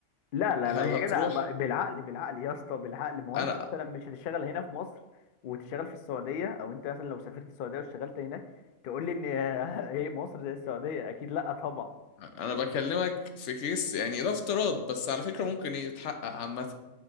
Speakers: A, on the left; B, on the left.
A: لا لا
B: هل
A: لا
B: هتروح
A: يا جدع ب- بالعقل بالعقل يا اسطى بالعقل ما هو
B: انا
A: انت مثلا مش هتشتغل هنا في مصر وتشتغل في السعوديه او انت مثلا لو سافرت السعوديه واشتغلت هناك تقول لي ان <laughs> هي مصر زي السعوديه اكيد لا طبعا
B: انا بكلمك في كيس يعني ده افتراض بس على فكرة ممكن يتحقق عامة